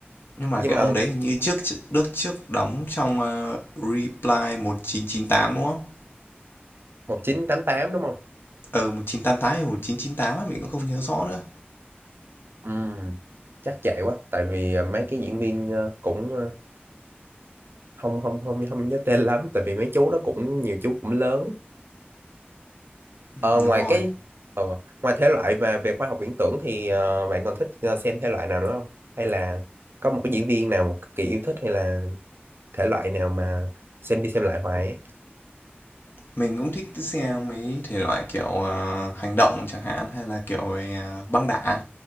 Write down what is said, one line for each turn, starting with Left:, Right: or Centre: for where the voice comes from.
Left: Nhưng mà
Right: nhưng
Left: cái
Right: mà
Left: ông đấy hình như trước đức trước đóng trong, a, Reply một chín chín tám đúng không?
Right: 1988 đúng không
Left: Ờ, một chín tám tám hay 1998 á, mình cũng không nhớ rõ nữa.
Right: ừ chắc vậy quá tại vì ờ, mấy cái diễn viên ờ, cũng ờ, không không không không nhớ tên lắm tại vì mấy chú đó cũng nhiều chú cũng lớn
Left: Ừm,
Right: Ờ, ngoài
Left: đúng rồi.
Right: cái ờ, ngoài thể loại mà về khoa học viễn tưởng thì ờ, bạn còn thích ờ, xem thể loại nào nữa không? Hay là có một cái diễn viên nào một cực kỳ yêu thích hay là thể loại nào mà xem đi xem lại hoài ấy?
Left: Mình cũng thích xe mấy thể loại kiểu, ờ, hành động chẳng hạn hay là kiểu về, à, băng đảng.